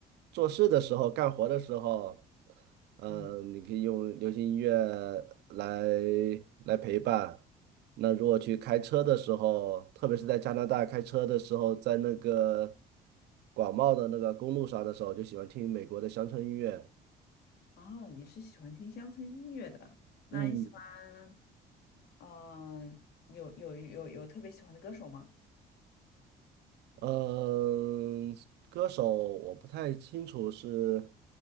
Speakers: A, on the right; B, on the left.
A: 做事的时候、干活的时候，嗯，
B: 嗯，
A: 你可以用流行音乐来来陪伴。那如果去开车的时候，特别是在加拿大开车的时候，在那个广袤的那个公路上的时候，就喜欢听美国的乡村音乐。
B: 哦，你是喜欢听乡村音乐的，那你喜欢
A: 嗯
B: 嗯、有有有有特别喜欢的歌手吗？
A: 嗯，歌手我不太清楚是